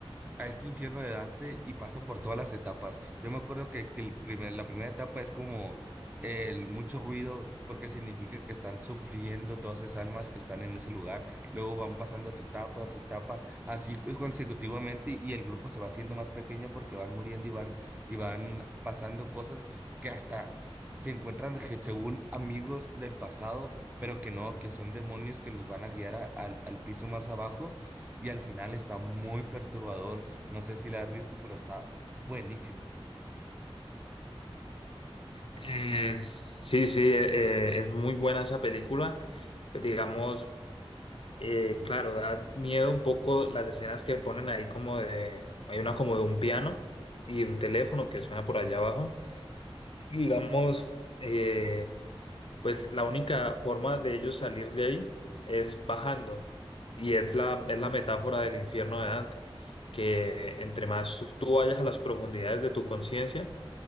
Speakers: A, on the right; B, on the left.
A: a este infierno de Dante y pasan por todas las etapas. Yo me acuerdo que, que el primer, la primera etapa es como el mucho ruido, porque significa que están sufriendo todas esas almas que están en ese lugar. Luego van pasando otra etapa, otra etapa, así cu- consecutivamente, y el grupo se va haciendo más pequeño porque van muriendo y van, y van pasando cosas que hasta se encuentran je- según amigos del pasado pero que no, que son demonios que los van a guiar a- al, al piso más abajo y al final está muy perturbador. No sé si la has visto, pero está buenísimo.
B: Eh, sí, sí, eh, eh, es muy buena esa película. Pues digamos, Eh, claro, da miedo un poco las escenas que ponen ahí como de, hay una como de un piano y un teléfono que suena por allá abajo. Y digamos, eh, pues la única forma de ellos salir de ahí es bajando. Y es la, es la metáfora del infierno de Dante, que entre más tú vayas a las profundidades de tu conciencia,